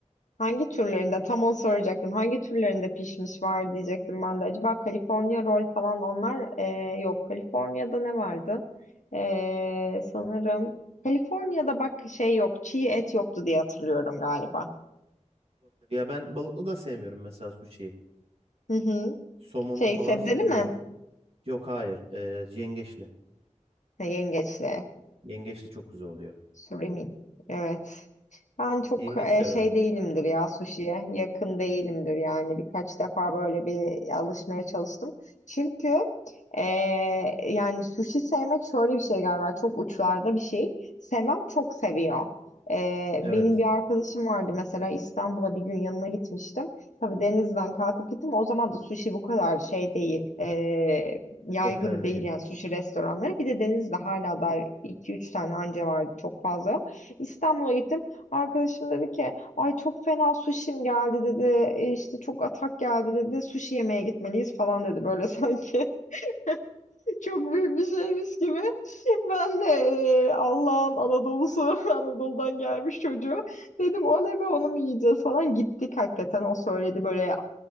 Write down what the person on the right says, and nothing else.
Olabilir. Ya ben balıklı da sevmiyorum mesela suşiyi.
Somonlu
falan
sevmiyorum.
Yok hayır. e, yengeçli.
Yengeçli çok güzel oluyor.
Yengeç
severim.
Evet.
Popüler değil.